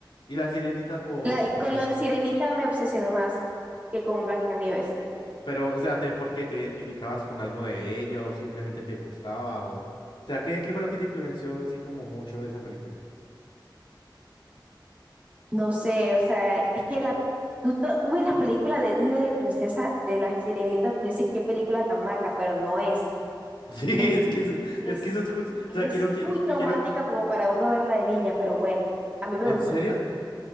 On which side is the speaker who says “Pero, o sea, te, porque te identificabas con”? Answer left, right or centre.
Left